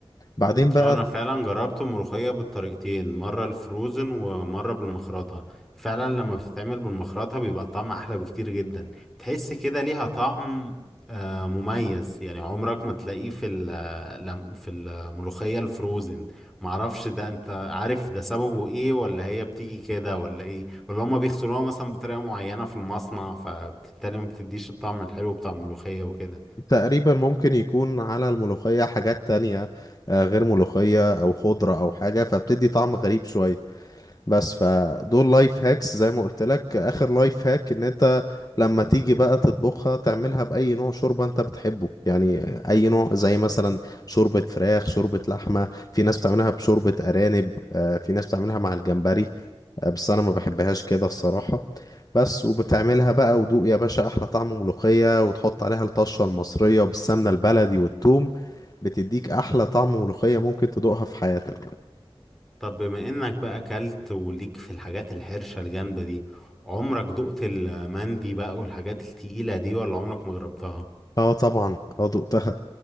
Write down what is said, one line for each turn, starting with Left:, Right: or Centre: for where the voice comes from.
Left: بعدين بقى
Centre: اه انا فعلا جربت الملوخية بالطريقتين مرة الفروزن ومرة بالمخرطة فعلا لما بتتعمل بالمخرطة بيبقى طعمها احلى بكتير جدا تحس كده ليها طعم آه، مميز يعني عمرك ما تلاقيه في ال- آه، لم- في الملوخية الفروزن معرفش ده انت عارف ده سببه ايه ولا هي بتيجي كده ولا ايه ولا هما بيغسلوها مثلا بطريقة معينة في المصنع فبالتالي ما بتديش الطعم الحلو بتاع الملوخية وكده
Left: تقريبا ممكن يكون على الملوخية حاجات تانية آه، غير ملوخية أو خضرة أو حاجة فبتدي طعم غريب شوية بس فدول لايف هاكس زي ما قلت لك آخر لايف هاك إن أنت لما تيجي بقى تطبخها تعملها بأي نوع شوربة أنت بتحبه يعني أي نوع زي مثلا شوربة فراخ شوربة لحمة في ناس بتعملها بشوربة أرانب آه، في ناس بتعملها مع الجمبري آه، بس أنا ما بحبهاش كده الصراحة بس وبتعملها بقى ودوق يا باشا احلى طعم ملوخية وتحط عليها الطشة المصرية وبالسمنة البلدي والثوم بتديك احلى طعم ملوخية ممكن تدوقها في حياتك
Centre: طب بما انك بقى اكلت وليك في الحاجات الحرشة الجامدة دي عمرك دقت المندي بقى والحاجات التقيلة دي ولا عمرك ما جربتها
Left: اه طبعا اه دقتها